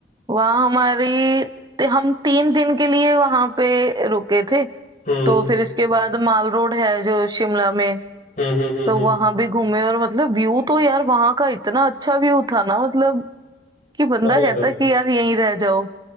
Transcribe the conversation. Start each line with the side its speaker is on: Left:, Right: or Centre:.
Right: वहाँ हमारी ते- हम तीन दिन के लिए वहां पे रुके थे
Left: हम्म
Right: तो फिर इसके बाद माल रोड है जो शिमला में
Left: हम्म हम्म हम्म
Right: तो
Left: हम्म।
Right: वहां भी घूमे और मतलब व्यू तो यार वहां का इतना अच्छा व्यू था ना मतलब कि बंदा
Left: हाँ यार
Right: कहता है कि यार यहीं रह जाओ